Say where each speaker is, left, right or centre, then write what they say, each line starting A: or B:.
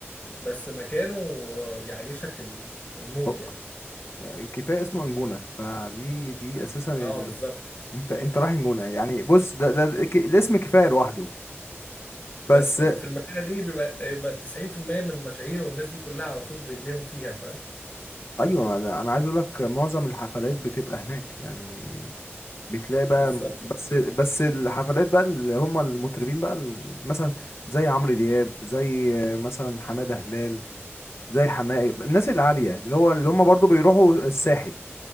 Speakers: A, on the left (about 40°); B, on the left (about 65°).
A: بس مكانه يعيشك ال- المود
B: أو-
A: يعني
B: يعني كفايه اسمه انجونه فدي دي اساسا
A: اه
B: ال...
A: بالظبط
B: انت انت رايح انجونه يعني بص ده, ده الك- الاسم كفايه لوحده بس
A: بس وفي المدينه دي بيبقى يبقى 90% من المشاهير والناس دي كلها على طول رجليهم فيها فاهم
B: ايوه ده انا عايز اقول لك معظم الحفلات بتبقى هناك يعني بتلاقي بقى
A: بالظبط
B: م- بس بس الحفلات بقى اللي هم المطربين بقى ال- مثلا زي عمرو دياب زي مثلا حماده هلال زي حماقي الناس العاليه اللي هو اللي هم برضو بيروحوا الساحل